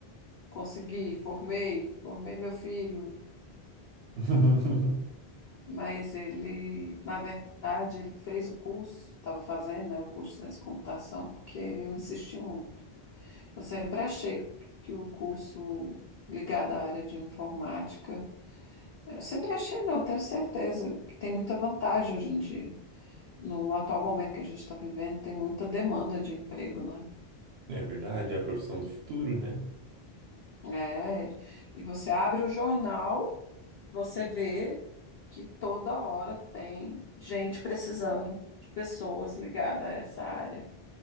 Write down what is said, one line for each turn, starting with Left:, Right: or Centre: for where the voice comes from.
Left: Consegui, formei, formei meu filho,
Right: <laughs>
Left: mas ele, na verdade, ele fez o curso, estava fazendo, né, o curso de ciência da computação, porque eu insisti muito. Eu sempre achei que o curso ligado à área de informática, eu sempre achei, não, eu tenho certeza que tem muita vantagem hoje em dia. No atual momento que a gente está vivendo, tem muita demanda de emprego, né?
Right: É verdade, é a profissão do futuro, né?
Left: É, e você abre o jornal, você vê que toda hora tem gente precisando de pessoas ligadas a essa área.